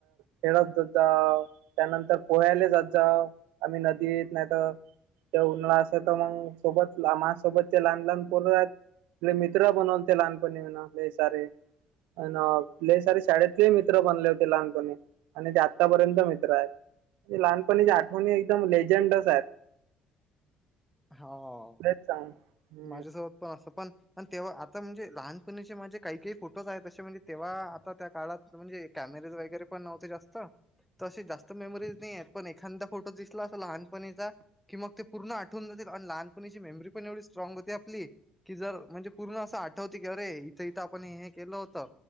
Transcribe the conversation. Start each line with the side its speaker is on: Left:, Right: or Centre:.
Right: खेळत जात जाऊ त्यानंतर पोह्याले जात जाव आम्ही नदीत. नाही तर ते उन्हा असं तर मग सोबत माझसोबतचे लहान लहान पोरं आहेत. आपले मित्र बनवून ते लहानपणी आपले सारे. अले सारे शाळेतले मित्र बनले होते लहानपणी. आणि ते आत्तापर्यंत मित्र आहेत म्हणजे लहानपणीच्या आठवणी एकदम लेजंडच आहेत.
Centre: हो
Right: खरंच सांग हम्म
Centre: माझ्यासोबत पण असं पण. आणि तेव्हा आता म्हणजे लहानपणीचे माझे काही काही फोटोज आहेत. तसे म्हणजे तेव्हा आता त्या काळात. म्हणजे कॅमेरेज वगैरे पण नव्हते जास्त. तशी जास्त मेमोरीज नाही येत. पण एखादा फोटो दिसला, असा लहानपणीचा की मग ते पूर्ण आठ तून जाते आणि लहानपणीची मेमरी पण एवढी स्ट्राग होती आपली. कि जर म्हणजे पूर्ण असं आठवते की, अरे इथं इथं आपण हे केलं होतं.